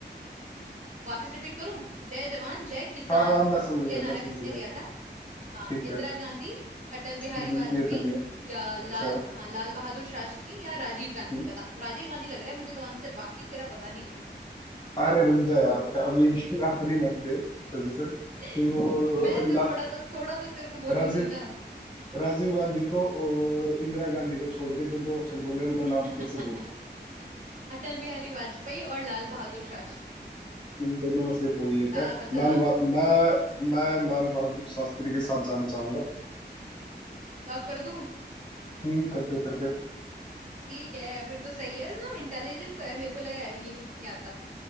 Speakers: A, on the right; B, on the left.
A: वापस रिपीट करूं जय जवान जय किसान
B: हाँ हाँ मैं समझ
A: ये
B: गया
A: नारा
B: मैं
A: किसने
B: समझ गया
A: दिया था हाँ
B: ठीक
A: इंदिरा
B: है
A: गांधी अटल बिहारी
B: हम्म,
A: वाजपेयी
B: ये तो नहीं है
A: या लाल
B: अच्छा
A: हाँ लाल बहादुर शास्त्री या राजीव गांधी
B: हम्म,
A: बता राजीव गांधी लग रहा है मुझे तो आंसर बाकी तेरा पता नहीं मुझे
B: अरे रुक जा यार अभी <laughs> अपनी मत दे सजेशन तो
A: <laughs> मैं तो
B: लास्ट
A: थोड़ा तो थोड़ा तो तेरे को बोलूंगी
B: राजीव
A: ना
B: राजीव गांधी को और इंदिरा गांधी को छोड़ के जो दो ऑप्शन बोले
A: <laughs>
B: उनका नाम फिर से बोल
A: अटल बिहारी वाजपेयी और लाल बहादुर शास्त्री
B: इन दोनों में से कोई
A: बता
B: एक है
A: बता
B: लाल बहा- मैं मैं लाल बहादुर शास्त्री के साथ जाना चाहूंगा
A: लॉक कर दूं
B: हम्म कर दे कर दे
A: ठीक है फिर तो सही है ना इंटेलिजेंट तो है मेरे को लगा है अभी ये कुछ नहीं आता